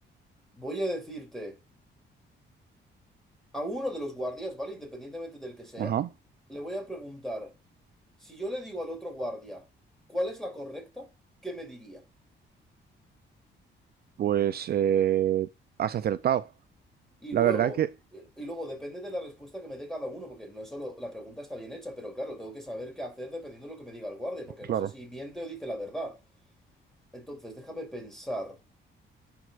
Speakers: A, in the centre; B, on the right.
A: Voy a decirte, a uno de los guardias, ¿vale? Independientemente del que sea,
B: Ajá.
A: le voy a preguntar, si yo le digo al otro guardia, ¿cuál es la correcta? ¿Qué me diría?
B: Pues eh, has acertado.
A: Y
B: La
A: luego,
B: verdad que,
A: y luego depende de la respuesta que me dé cada uno, porque no es solo la pregunta está bien hecha, pero claro, tengo que saber qué hacer dependiendo de lo que me diga el guardia, porque
B: claro.
A: no sé si miente o dice la verdad. Entonces, déjame pensar.